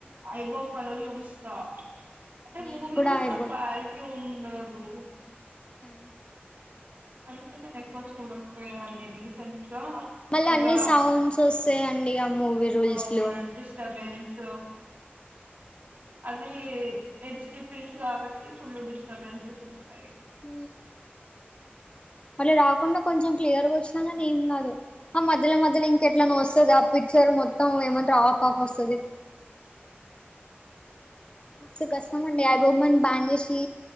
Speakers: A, on the right; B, on the left.
A: అయి బొమ్మలో చూస్తా అంటే
B: నేను
A: మూవీ
B: కూడా
A: రూల్స్
B: ఐ
A: ల క్వాలిటీ ఉండదు
B: <inaudible>
A: అయితే నేనేక్కువ చూడపోయా నే రీసెంట్గా
B: మళ్ళీ
A: ఇగా
B: అన్ని సౌండ్స్ వస్తాయండి ఆ మూవీ రూల్స్
A: అవున
B: లో
A: డిస్టబెన్స్ అదే అది హెచ్ డి ప్రింట్స్ కాబట్టి ఫుల్ డిస్టర్బెన్సెస్ ఉంటాయి
B: ఊ
A: <inaudible>
B: అళ్ళ రాకుండా కొంచెం క్లియర్గా వచ్చినా కానీ ఏం కాదు ఆ మధ్యలో మధ్యలో ఇంకెట్లా న వస్తుంది ఆ పిచర్ మొత్తం ఏమంటా ఆఫ్ ఆఫ్ వస్తుది
A: <inaudible>
B: మస్తు కష్టమండి ఐ బొమ్మ ను బ్యాన్ జేసీ